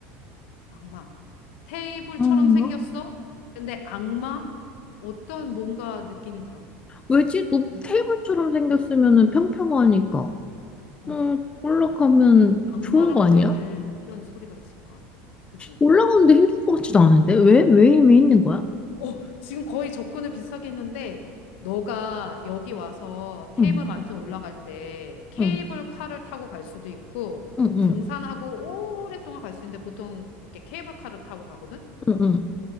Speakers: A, on the left (about 80°); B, on the left (about 15°).
A: 악마. 테이블처럼
B: 가
A: 생겼어? 근데 악마? 어떤 뭔가 느낌이 들어.
B: 왜지? 높 테이블처럼 생겼으면은 평평하니까.
A: 어.
B: 음, 올라가면
A: 악마랑
B: 좋은 거 아니야?
A: 왜 갈 이런 소리가 있을까? 그지?
B: 올라가는데 힘들 것 같지도 않은데? 왜? 왜 힘이 있는 거야?
A: 어, 지금 거의 접근을 비슷하게 했는데, 너가 여기 와서 테이블
B: 응,
A: 만튼 올라갈 때 케이블
B: 응,
A: 카를 타고 갈 수도 있고,
B: 응, 응,
A: 등산하고 오랫동안 갈 수 있는데 보통 이렇게 케이블 카를 타고 가거든?
B: 응, 응.